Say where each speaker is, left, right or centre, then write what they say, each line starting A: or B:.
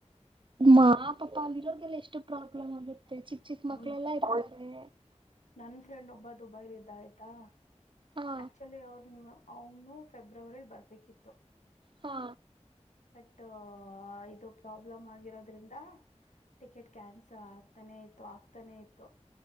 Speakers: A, on the right; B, on the left.
A: ಮಾ ಪಾಪಾ ಅಂದ್ರೆ ಎಷ್ಟು ಪ್ರಾಬ್ಲಮ್ ಆಗುತ್ತೆ ಚಿಕ್ಕ ಚಿಕ್ಕ
B: ಹ
A: ಮಕ್ಳೆಲ್ಲಾ ಇರ್ತಾರೆ
B: ನನ್ ಫ್ರೆಂಡ್ ಒಬ್ಬ ದುಬೈಲಿ ಇದ್ದ ಆಯ್ತಾ
A: ಹಾ
B: ಆಕ್ಚುಲಿ ಅವ್ರ ಅವನು ಫೆಬ್ರವರಿಲ್ ಬರ್ಬೇಕಿತ್ತು
A: ಹಾ
B: ಹತ್ತ ಇದು ಪ್ರಾಬ್ಲಮ್ ಆಗಿರೋದ್ರಿಂದ ಟಿಕೆಟ್ ಕ್ಯಾನ್ಸಲ್ ಆಗ್ತಾನೆ ಇತ್ತು ಆಗ್ತಾನೆ ಇತ್ತು